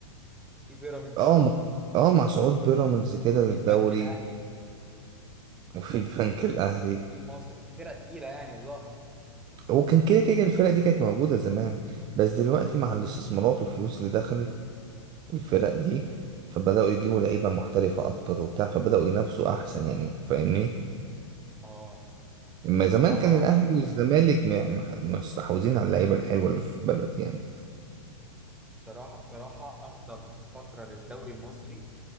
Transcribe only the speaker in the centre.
في بيراميدز
في
البنك الاهلي
المصري في فرق تقيلة يعني ظهرت
اه
بصراحة
بصراحة بصراحة أفضل فترة للدوري المصري